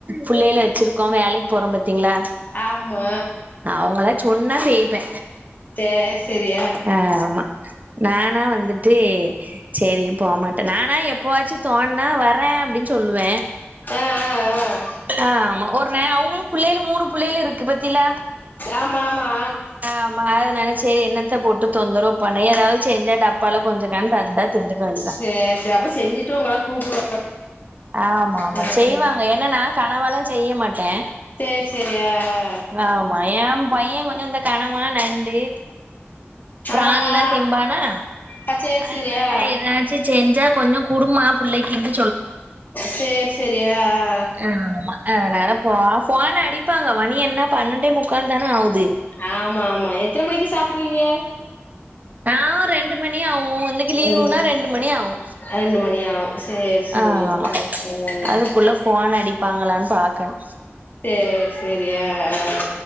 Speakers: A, on the right; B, on the left.
A: பிள்ளைல வச்சிருக்கோ வேலைக்கு போறோ ங்களா
B: ஆமா
A: அவங்களா சொன்னா செய்ப்பே
B: சேர் செரி
A: ஆ ஆமா நானா வந்துட்டு சரி போகமாட்ட நானா எப்பாச்சு தோணனா வர்ற அப்படின்னு சொல்லுவ
B: ஆ ஆ ஆ
A: ஆ ஆமா ஒரு ந அவங்களு பிள்ளைளு மூணு பிள்ளைளு இருக்கு பத்தில
B: ஆமா ஆமா
A: ஆமா அதனால சரி என்னத்த போட்டு தொந்தருவு பொண்ண ஏதாவது செஞ்சா டப்பால கொஞ்சண தந்தா திண்டுக வேண்டியதா
B: சேர் செரி அப்ப செஞ்சுட்டு உங்கள கூப்புடுவா
A: ஆமா ஆமா
B: ம்
A: செய்வாங்க என்னன்னா செய்ய மாட்டே
B: சரி சரி ஆ ஆ
A: ஆமா என் பையன் கொஞ்ச இந்த கணவ நண்டு பிரான்
B: ஆ
A: எல்லா
B: ஆ
A: திம்பானா
B: ஆ சேரி
A: அதனால
B: சேரி ஆ
A: ஏதாச்சி செஞ்சா கொஞ்ச கூடும்பமா பிள்ளைக்கு கின்டு
B: சரி சரி ஆ ஆ
A: ஆமா அதனால போ போன் அடிப் ப்பாங்க மணி என்ன பன்னெண்டே முக்கா தானே ஆகுது
B: ஆமா ஆமா எத்தன மணிக்கு சாப்டுவீங்க
A: ஆ ரெண்டு மணி ஆகு உனக்கு லீவ்
B: ரெண்
A: ன ரெண்டு மணி ஆவு
B: ரெண்டு மணி ஆவு சேரி சேரி
A: ஆமா
B: ம்
A: க்குள்ள போன் அடிப்பாங்களான்னு பாக்கனு
B: சரி சரி ஆ அ